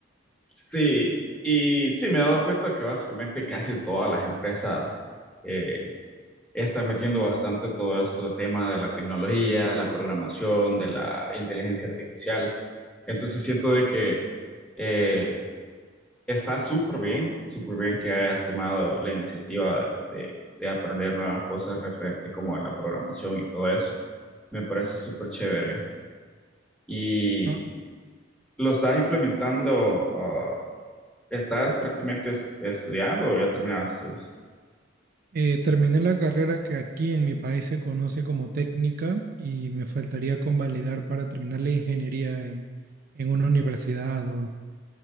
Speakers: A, in the centre; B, on the right.
A: sí. Y sí, me he dado cuenta que básicamente casi todas las empresas eh, están metiendo bastante todo este tema de la tecnología, la programación, de la inteligencia artificial. Entonces siento de que... eh, Está súper bien, súper bien que hayas tomado la iniciativa de, de- de aprender nuevas cosas referente como a la programación y todo eso. Me parece súper chévere. Y
B: ¿no?
A: lo estás implementando, ah, estás prácticamente es- estudiando o ya terminaste.
B: Eh, terminé la carrera que aquí en mi país se conoce como técnica y me faltaría convalidar para terminar la ingeniería en, en una universidad o,